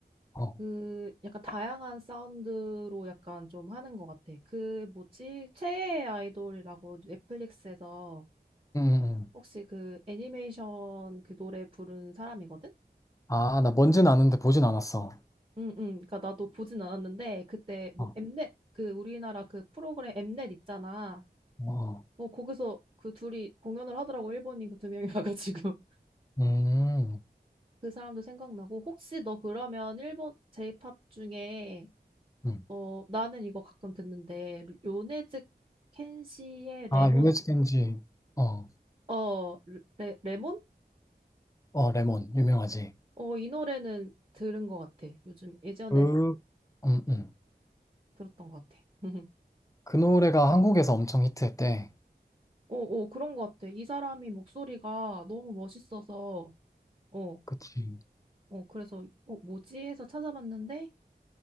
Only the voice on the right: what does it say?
그, 약간 다양한 사운드로 약간 좀 하는 것 같아. 그, 뭐지? 최애 아이돌이라고 넷플릭스에서
혹시 그 애니메이션 그 노래 부른 사람이거든?
응, 응. 그니까 나도 보진 않았는데, 그때 뭐
엠넷, 그 우리나라 그 프로그램 엠넷 있잖아.
어, 거기서 그 둘이 공연을 하더라고. 일본인 그 두 명이 와가지고.
<laughs> 그 사람도 생각나고, 혹시 너 그러면 일본 제이팝 중에
어, 나는 이거 가끔 듣는데, 요네즈 켄시의 레몬,
어, 레, 레몬?
어, 이 노래는 들은 것 같아. 요즘 예전에
들었던 것 같아. <laughs>
어, 어, 그런 것 같아. 이 사람이 목소리가 너무 멋있어서, 어,
어, 그래서, 어, 뭐지? 해서 찾아봤는데,